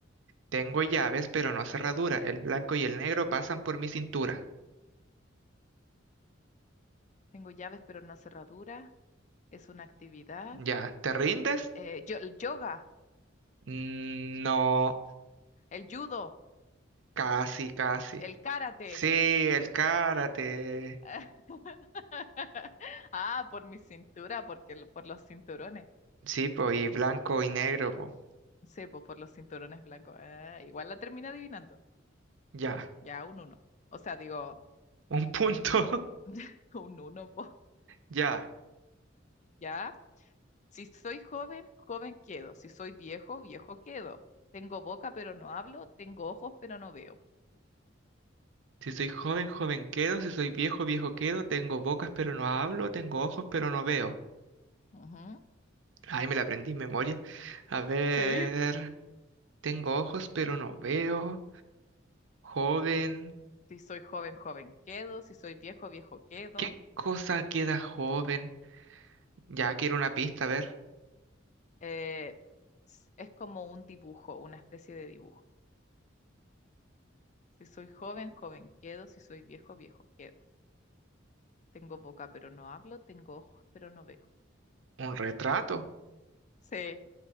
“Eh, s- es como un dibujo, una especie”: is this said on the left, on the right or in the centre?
Left